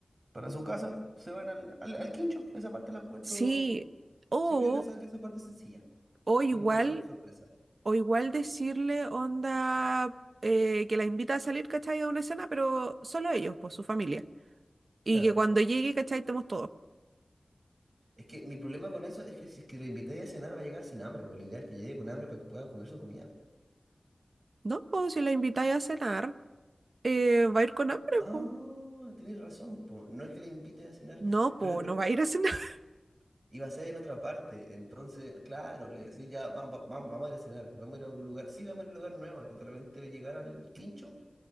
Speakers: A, on the right; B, on the right.
A: para su casa, se van al, al, al quincho. Esa parte la encuentro.
B: sí. O,
A: Siempre yo pensaba que esa parte es sencilla.
B: o igual,
A: Eh, lo compráis de sorpresa.
B: o igual decirle onda eh, que la invita a salir, ¿cachai? A una cena, pero solo ellos, pues su familia. Y
A: Claro.
B: que cuando llegue, ¿cachai? Estemos todos.
A: Es que mi problema con eso es que si es que le invité a cenar va a llegar sin hambre, porque la idea es que llegue con hambre para que pueda comer su comida.
B: No, si la invitáis a cenar, eh, va a ir con hambre,
A: Ah,
B: po.
A: tenés razón, po. No es que le invite a cenar,
B: No, po,
A: pero, pero
B: no va a ir a cenar. <laughs>
A: iba a ser en otra parte. Entonces, claro, le decís ya, vamos, vamos, vamos a ir a cenar, vamos a ir a algún lugar. Sí, vamos a ir a un lugar nuevo. De repente va a llegar al quincho